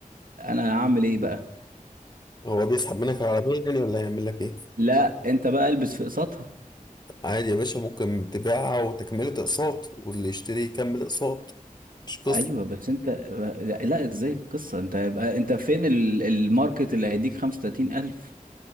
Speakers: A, on the right (about 80°); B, on the left (about 30°).
A: انا هعمل ايه بقى
B: هو بيسحب منك العربية يعني ولا هيعمل لك ايه؟
A: لا انت بقى البس في قسطها
B: عادي يا باشا ممكن تبيعها وتكملة اقساط واللي يشتري يكمل اقساط مش قصة
A: ايوه بس انت لا ازاي القصه انت هيبقى انت فين ال- الماركت اللي هيديك 35000